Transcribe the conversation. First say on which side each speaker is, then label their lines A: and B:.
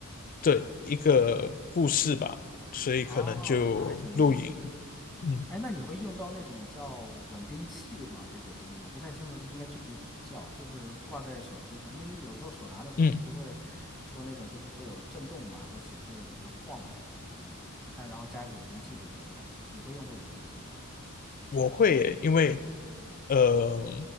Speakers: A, on the left (about 40°); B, in the centre.
A: 对一个故事吧，所以可能就录影，
B: 哦，那还挺有意思的。
A: 嗯
B: 哎，那你会用到那种叫稳定器吗？这个东西我不太清楚，这应该具体怎么叫，就是挂在手机上，因为你有时候手拿着手机不会说那种就是会有震动嘛，
A: 嗯。
B: 会显示就比如晃呀、这种东西的，但然后加一个稳定器就不会了。你会用这种东西吗？
A: 我会耶因为呃，